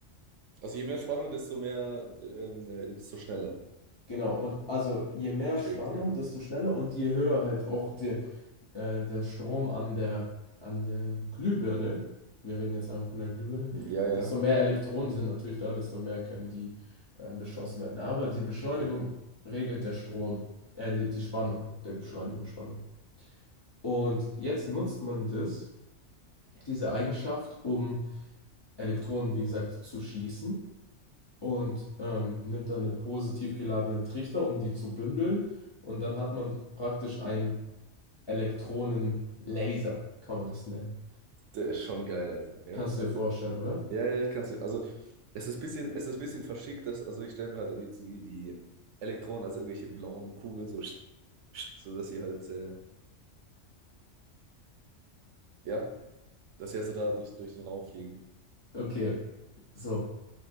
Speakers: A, on the right; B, on the left.
A: Also je mehr Spannung, desto mehr, ähm, äh, desto schneller
B: Genau, und also je mehr
A: verschickt,
B: Spannung,
A: ja.
B: desto schneller und je höher halt auch der, äh, der Strom an der, an der Glühbirne, wir reden jetzt einfach von der Glühbirne,
A: Ja, ja.
B: desto mehr Elektronen sind natürlich da, desto mehr können die ähm, beschossen werden. Aber die Beschleunigung
A: Okay.
B: regelt der Strom, äh, die, die Spannung, der Beschleunigungsspannung. Und jetzt nutzt man das, diese Eigenschaft, um Elektronen, wie gesagt, zu schießen und ähm, nimmt dann eine positiv geladenen Trichter, um die zu bündeln. Und dann hat man praktisch einen Elektronenlaser, kann man das nennen.
A: Der ist schon geil, Alter. Ja,
B: Kannst
A: weiter.
B: du dir vorstellen, oder?
A: Ja, ja, ich kann es. Also, es ist ein bisschen, es ist ein bisschen verschickt, dass, also ich stelle mir halt dann jetzt die, die Elektronen als irgendwelche blauen Kugeln so, <laughs> sch- sch- so dass sie halt, äh, ja, dass sie halt so da durch, durch den Raum fliegen.
B: Okay, so.